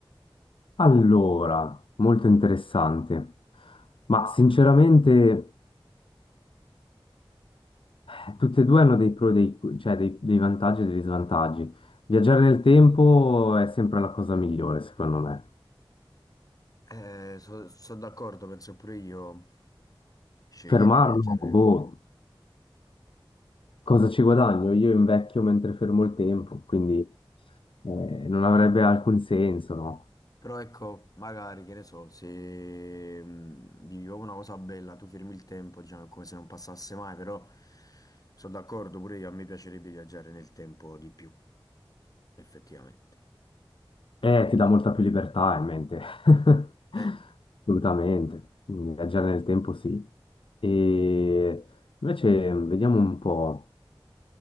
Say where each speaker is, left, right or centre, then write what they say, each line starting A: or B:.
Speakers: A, on the left; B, on the left.
A: Allora, molto interessante, ma sinceramente eh, tutte e due hanno dei pro e dei, cioè dei, dei vantaggi e degli svantaggi. Viaggiare nel tempo è sempre la cosa migliore, secondo me.
B: Eh, so- sono d'accordo, penso che pure io sceglierei
A: Fermarlo,
B: di viaggiare nel
A: boh,
B: tempo.
A: cosa ci guadagno? Io invecchio mentre fermo il tempo, quindi eh, non avrebbe alcun senso, no?
B: Però ecco, magari, che ne so, se mh, vivi proprio una cosa bella, tu fermi il tempo, diciamo, è come se non passasse mai, però sono d'accordo, pure io, a me piacerebbe viaggiare nel tempo di più. effettivamente.
A: Eh, ti dà molta più libertà in mente. <laughs>
B: Eh,
A: Assolutamente. Quindi Viaggiare nel tempo sì. E invece vediamo un po',